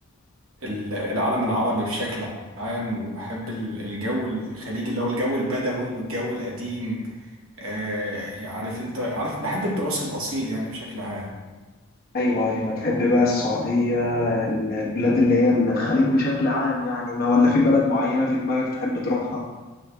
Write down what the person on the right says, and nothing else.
ال- العالم العربي بشكل عام وبحب ال- الجو الخليجي اللي هو الجو البدوي والجو القديم آه، يعني عارف أنت عارف بحب التراث الأصيل يعني بشكل عام